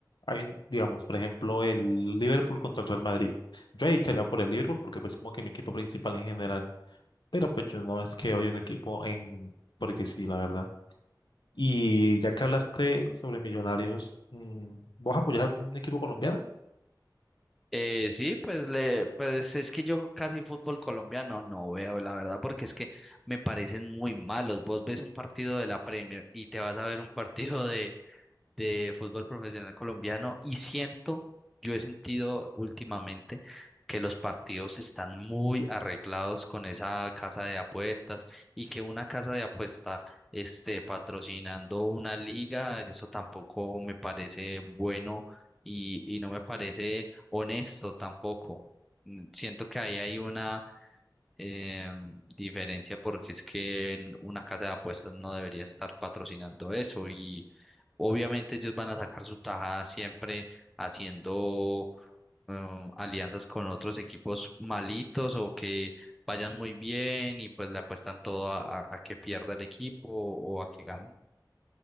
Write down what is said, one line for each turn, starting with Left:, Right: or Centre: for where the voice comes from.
Left: hay, un- digamos, por ejemplo, el Liverpool contra el Real Madrid, yo ahí echaría por el Liverpool porque pues como que mi equipo principal en general, pero pues yo no es que hoy un equipo en, porque sí, la verdad. Y ya que hablaste sobre Millonarios, mm, ¿vos apoyás a un equipo colombiano?
Centre: Eh, sí, pues le, pues es que yo casi fútbol colombiano no veo, la verdad, porque es que me parecen muy malos. Vos ves un partido de la Premier y te vas a ver un partido de de fútbol profesional colombiano y siento, yo he sentido últimamente que los partidos están muy arreglados con esa casa de apuestas y que una casa de apuesta esté patrocinando una liga, eso tampoco me parece bueno y, y no me parece honesto tampoco. Mm, Siento que ahí hay una eh, diferencia porque es que en una casa de apuestas no debería estar patrocinando eso y obviamente ellos van a sacar su tajada siempre haciendo eh, alianzas con otros equipos malitos o que vayan muy bien y pues le apuestan todo a, a- a que pierda el equipo o a que gane.